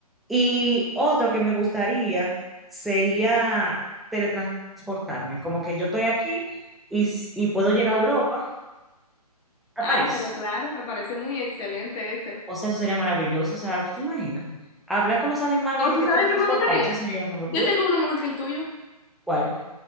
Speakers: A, in the centre; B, on the left.
A: Y otro que me gustaría sería teletransportarme, como que yo estoy aquí y, s- y puedo llegar a Europa, a
B: Ah,
A: París.
B: pero claro, me parece muy excelente este.
A: O sea, eso sería maravilloso. O sea, ¿tú te imaginas? Hablar con los animales
B: ¿O
A: y
B: tú
A: de que
B: sabes
A: teletransportarse
B: qué me gustaría?
A: eso sería una locura.
B: Yo tengo uno mejor que el tuyo.
A: ¿Cuál?